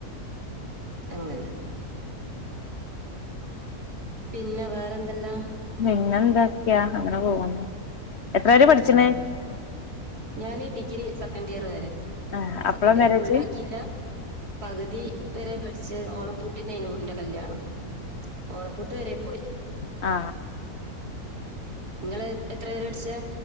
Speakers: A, on the right (about 85°); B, on the left (about 55°).
A: അങ്ങനെ പിന്നെ വേറെന്തല്ലാം?
B: പിന്നെ എന്തൊക്കാ? അങ്ങനെ പോകുന്നു. എത്രവരേ പഠിച്ച്ണ്?
A: ഏഹ് ഞാന് ഡിഗ്രി സെക്കൻഡിയറ് വരെ.
B: ആഹ് അപ്പളാ
A: സെക്കൻഡ് ഇയർ
B: മാരേജ്
A: ഫുള്ളാ ആക്കിയില്ല പക്തി വരെ പോയി. ച്ച് ഓണപ്പൂട്ടിന്നേനു ന്റെ കല്യാണം ഓണപ്പൂട്ട് വരെ പോയി.
B: ആ
A: ഇങ്ങള് എത്ര വെരേ പടിച്ചേ?